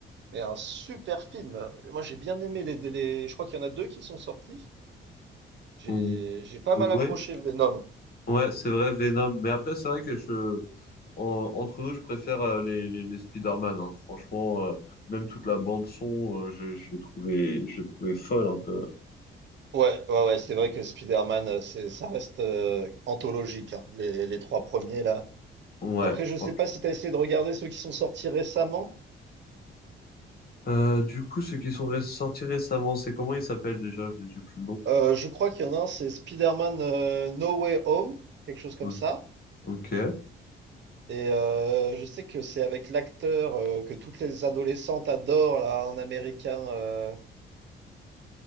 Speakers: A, on the right; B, on the left.
A: mais un super film. Moi, j'ai bien aimé les, les... Je crois qu'il y en a deux qui sont sortis. J'ai,
B: Ou-
A: j'ai pas
B: ou-
A: mal
B: Ouais,
A: accroché Venom.
B: ouais, c'est vrai, Venom. Mais après, c'est vrai que je, en- entre nous, je préfère euh, les, les, les Spider-Man. hein. Franchement, euh, même toute la bande son, euh, je, je l'ai trouvé, je l'ai trouvé folle un peu.
A: Ouais, ouais, ouais, c'est vrai que Spider-Man, euh, c'est, ça reste euh, anthologique, hein, les, les trois premiers là.
B: Ouais,
A: Après, je
B: franchement.
A: sais pas si t'as essayé de regarder ceux qui sont sortis récemment.
B: Euh, du coup, ceux qui sont ré- sortis récemment, c'est comment il s'appelle déjà? J'ai j'ai plus le nom.
A: Euh, je crois qu'il y en a un, c'est Spider-Man euh, No Way Home, quelque chose comme
B: Ok.
A: ça.
B: Ok.
A: Et euh, je sais que c'est avec l'acteur euh, que toutes les adolescentes adorent, là, un Américain, euh,